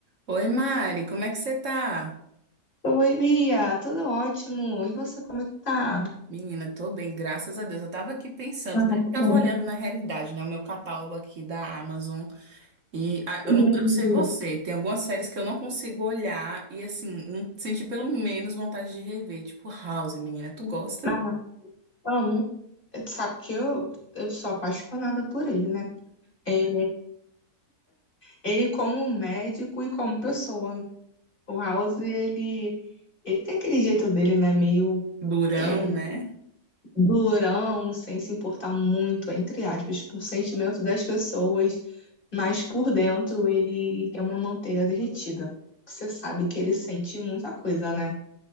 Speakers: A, on the right; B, on the left.
A: Oi, Mari, como é que você tá?
B: Oi, Bia, tudo ótimo. E você, como é que tá?
A: Menina, tô bem, graças a Deus. Eu tava aqui pensando,
B: Ah,
A: né?
B: tá
A: Eu Tava
B: bom.
A: olhando na realidade, né? O meu catálogo aqui da Amazon. E ah, eu
B: E
A: não,
B: aí?
A: eu não sei você, tem algumas séries que eu não consigo olhar e, assim, não senti pelo menos vontade de rever. Tipo, House, menina, tu gosta?
B: Ah, amo. Eh, Tu sabe que eu, eu sou apaixonada por ele, né? É, ele como médico e como pessoa. O House, ele, ele tem aquele jeito dele, né? Meio
A: Durão,
B: eh,
A: né?
B: durão, sem se importar muito, entre aspas, com o sentimento das pessoas, mas por dentro ele é uma manteiga derretida. Você sabe que ele sente muita coisa, né?